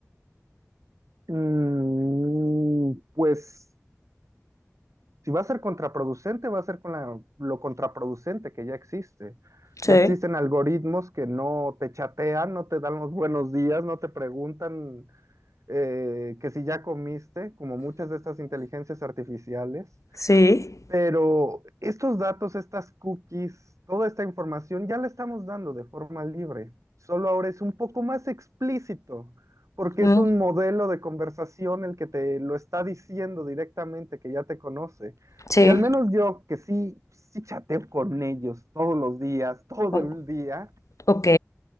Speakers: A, on the right; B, on the left.
A: Mm, pues... si va a ser contraproducente, va a ser con la- lo contraproducente que ya existe. Ya
B: Sí,
A: existen algoritmos que no te chatean, no te dan los buenos días, no te preguntan eh, que si ya comiste, como muchas de estas inteligencias artificiales.
B: sí,
A: Pero estos datos, estas cookies, toda esta información ya la estamos dando de forma libre. Solo ahora es un poco más explícito, porque
B: mm,
A: es un modelo de conversación el que te lo está diciendo directamente, que ya te conoce.
B: sí,
A: Y al menos yo, que sí, sí chateo con ellos todos los días, todo
B: o-
A: el día,
B: ok.